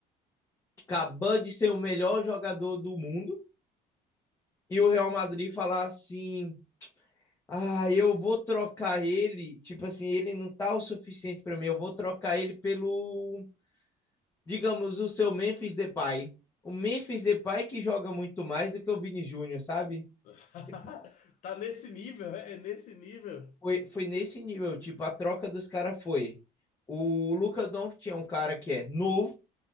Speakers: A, on the left; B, on the left.
A: que acabou de ser o melhor jogador do mundo e o Real Madrid falar assim: ah, eu vou trocar ele, tipo assim, ele não tá o suficiente para mim, eu vou trocar ele pelo, digamos, o seu Memphis Depay. O Memphis Depay que joga muito mais do que o Vini Júnior, sabe?
B: <laughs>
A: Tipo,
B: Tá nesse nível, é, é nesse nível.
A: Foi, foi nesse nível, tipo, a troca dos caras foi. O Luka Doncic é um cara que é novo,